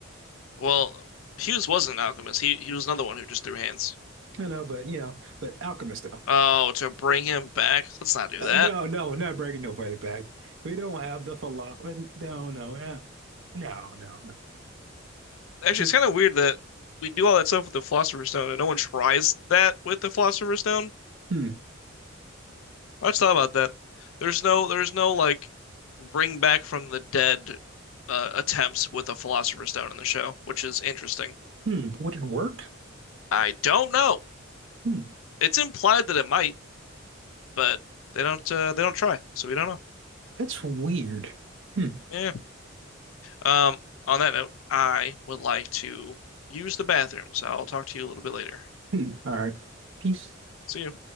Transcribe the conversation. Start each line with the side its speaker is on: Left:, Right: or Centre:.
Left: Well, Hughes wasn't an alchemist. He he was another one who just threw hands.
Right: know, but you know, but alchemist though.
Left: Oh, to bring him back? Let's not do
Right: Uh,
Left: that.
Right: no, no, we're not breaking nobody back. We don't have the philosophy. No, no, we no, no, no.
Left: Actually,
Right: Just
Left: it's kind of weird that we do all that stuff with the Philosopher's Stone and no one tries that with the Philosopher's Stone.
Right: hmm,
Left: I just thought about that. There's no there's no like bring back from the dead uh, attempts with a Philosopher's Stone in the show, which is interesting.
Right: hmm. Would it work?
Left: I don't know.
Right: Hmm.
Left: It's implied that it might, but they don't uh, they don't try, so we don't know.
Right: That's weird. Hmm.
Left: Yeah. Um, on that note, I would like to use the bathroom, so I'll talk to you a little bit later.
Right: hmm. All right. Peace.
Left: See you.